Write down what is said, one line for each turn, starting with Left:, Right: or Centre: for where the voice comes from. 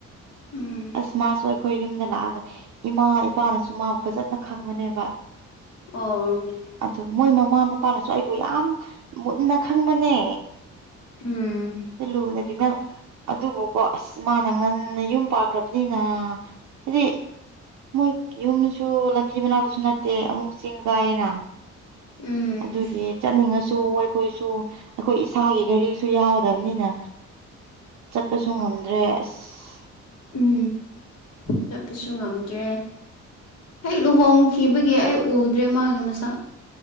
Left: ꯎꯝ
Right: ꯑꯁꯃꯥꯁꯏ ꯑꯩꯈꯣꯏ ꯌꯨꯝꯗ ꯂꯥꯛꯑꯒ ꯏꯃꯥ ꯏꯄꯥꯅꯁꯨ ꯃꯥꯕꯨ ꯐꯖꯅ ꯈꯪꯕꯅꯦꯕ
Left: ꯑ
Right: ꯑꯗꯨ ꯃꯣꯏ ꯃꯃꯥ ꯃꯄꯥꯅꯁꯨ ꯑꯩꯕꯨ ꯌꯥꯝ ꯃꯨꯟꯅ ꯈꯪꯕꯅꯦ
Left: ꯎꯝ
Right: ꯂꯨꯅ ꯑꯗꯨꯕꯨꯀꯣ ꯑꯁ ꯃꯥꯅ ꯉꯟ ꯌꯨꯝ ꯄꯥꯈ꯭ꯔꯕꯅꯤꯅ ꯍꯥꯏꯗꯤ ꯃꯣꯏ ꯌꯨꯝꯗꯁꯨ ꯂꯝꯕꯤ ꯃꯅꯥꯛꯇꯁꯨ ꯅꯠꯇꯦ ꯑꯃꯨꯛ ꯆꯤꯡ ꯀꯥꯏꯅ
Left: ꯎꯝ
Right: ꯑꯗꯨꯒꯤ ꯆꯠꯅꯤꯡꯉ ꯁꯨ ꯑꯩꯈꯣꯏꯁꯨ ꯑꯩꯈꯣꯏ ꯏꯁꯥꯒꯤ ꯒꯥꯔꯤꯁꯨ ꯌꯥꯎꯗꯕꯅꯤꯅ ꯆꯠꯄꯁꯨ ꯉꯝꯗ꯭ꯔꯦ ꯑꯁ
Left: ꯎꯝ ꯆꯠꯄꯁꯨ ꯉꯝꯗ꯭ꯔꯦ ꯍꯦꯛ ꯂꯨꯍꯣꯡꯈꯤꯕꯒꯤ ꯑꯩ ꯎꯗ꯭ꯔꯦ ꯃꯥꯒꯤ ꯃꯁꯛ